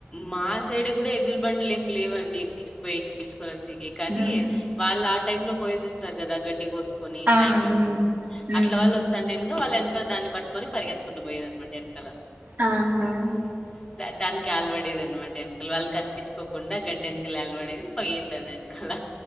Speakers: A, on the left; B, on the right.
A: మా సైడు కూడా ఎదు ఇ బండ్లు ఏమి లేవండి ఎక్కించుపోయేకి పిలుచుకొని కానీ
B: మ్మ్
A: వాళ్ళ ఆ టైప్ లో పో వస్తారు కదా గడ్ కోసుకొని
B: ఆ
A: సాయంక్లం
B: మ్మ్
A: పుట్లా
B: మ్మ్
A: అట్ల వళ్ళ వస్తాను నేను వాళ్ళ వెనక దాన్ని పట్టుొని పగెతుకుం పోయ అమాట వెనకాల
B: ఆహా
A: గట్టానికి అలవడేది అనమాట వెనకలు వాళ్ళు కనిపించుకోకుండా గడ్డ వెనకలు అలవడేది పోయేదని అనుకాల